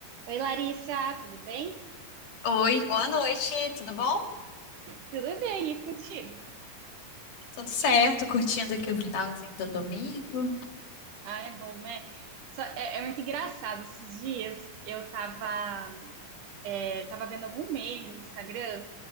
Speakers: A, on the right; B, on the left.
A: Oi, Larissa, tudo bem?
B: Oi, boa noite, tudo bom?
A: Tudo bem, e contigo?
B: Tudo certo, curtindo aqui o finalzinho do domingo.
A: Ah, é bom, né? Só- é, é muito engraçado. Esses dias eu tava é, tava vendo algum meme no Instagram